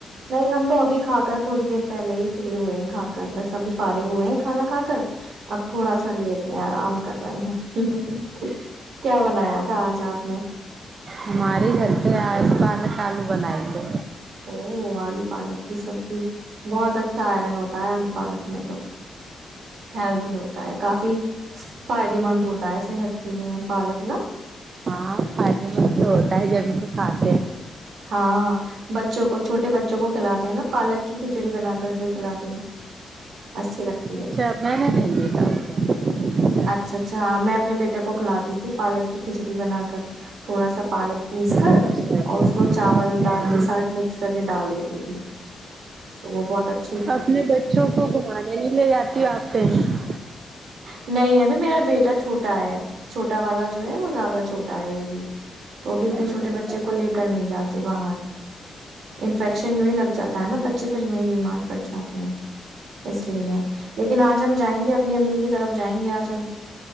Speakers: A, on the right (about 75°); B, on the right (about 50°).
A: نہیں ہم تو ابھی کھا کر تھوڑی دیر پہلے ہی فری ہوئے ہیں کھا کر بس ابھی فارے ہوئے ہیں کھانا کھا کر اب تھوڑا سا لیٹ ہیں آرام کر رہے ہیں کیا بنایا تھا آج آپ نے
B: ہمارے گھر پہ پالک آلو بنیں گے
A: او آلو پالک کی سبزی بہت اچھا آئرن ہوتا ہے آلو پالک میں تو ہیلدی ہوتا ہے کافی فائدے مند ہوتا ہے صحت کے لیے پالک نا
B: ہاں فائدے مند تو ہوتا ہے جبھی تو کھاتے ہیں
A: ہاں بچوں کو چھوٹے بچوں کو کھلاتے ہیں نا پالک کی کھچڑی بنا کر جو کھلاتے ہیں اچھے لگتے
B: اچھا میں نہیں دیں گے کہم سے
A: اچھا اچھا ہاں میں اپنے بیٹے کو کھلاتی تھی پالک کی کھچڑی بنا کر تھوڑا سا پالک پیس کر
B: اچھا
A: اور
B: جی
A: اس کو چاول دال
B: ہوں
A: کے ساتھ مکس کر کے ڈال دیتی تھی تو وہ بہت اچھا
B: اپنے بچوں کو گھمانے نہیں لے جاتی ہ آپ کہیں
A: نہیں ابھی میرا بیٹا چھوٹا ہے چھوٹا والا جو ہے وہ زیادہ چھوٹا ہے ابھی تو ابھی اتنے
B: اچھا
A: چھوٹے بچے کو کو لے کر نہیں جاتے باہر انفیکشن یوں ہی لگ جاتا ہے نا بچے پر یوں ہی بیمار پڑ جاتے ہیں اس لیے لیکن آج ہم جائیں گے اپنی امی کی طرف جائیں گے آج ہم